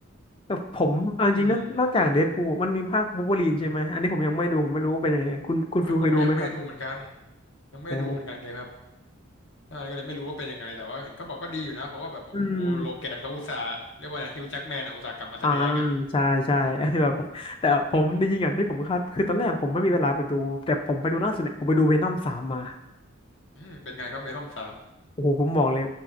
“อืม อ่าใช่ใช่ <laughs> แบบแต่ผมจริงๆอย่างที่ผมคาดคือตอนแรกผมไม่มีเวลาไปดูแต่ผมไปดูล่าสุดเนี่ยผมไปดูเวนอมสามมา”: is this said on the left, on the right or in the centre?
Left